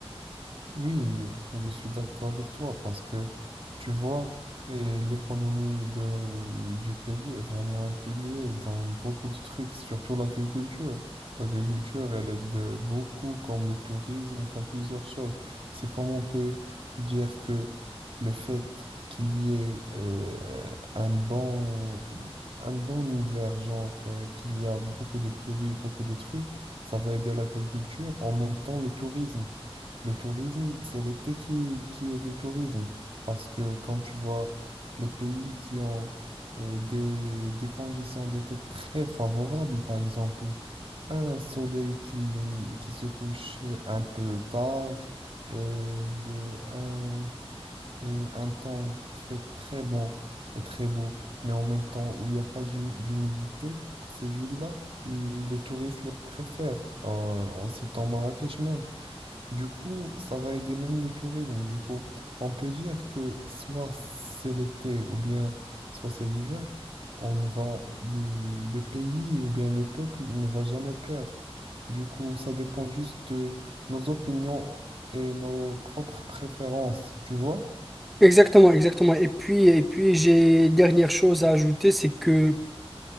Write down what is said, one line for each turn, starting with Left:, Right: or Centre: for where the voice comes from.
Right: Oui, je suis d'accord avec toi parce que tu vois, eh, l'économie de- du pays est vraiment un pilier dans beaucoup de trucs, surtout l'agriculture. L'agriculture, elle aide beaucoup, comme le tourisme, comme plusieurs choses. C'est comme on peut dire que le fait qu'il y ait euh, un bon, un bon hiver, genre euh, qu'il y a beaucoup de pluie, beaucoup de trucs, ça va aider l'agriculture, en même temps le tourisme. Le tourisme, c'est l'été qui, qui est le tourisme. Parce que quand tu vois les pays qui ont euh, des, des conditions d'été très favorables, par exemple, un soleil qui, qui se couche un peu tard, euh, de, un, un, un temps qui fait très bon et très beau, mais en même temps où il n'y a pas d'hum- d'humidité, ces villes-là, les touristes les préfèrent, euh, en citant Marrakech même. Du coup, ça va aider même le tourisme. Du coup, on peut dire que soit c'est l'été ou bien soit c'est l'hiver, on ne va le le pays ou bien le peuple, il ne va jamais perdre. Du coup, ça dépend juste de nos opinions et nos propres préférences, tu vois?
Centre: Exactement, exactement. Et puis, et puis j'ai dernière chose à ajouter, c'est que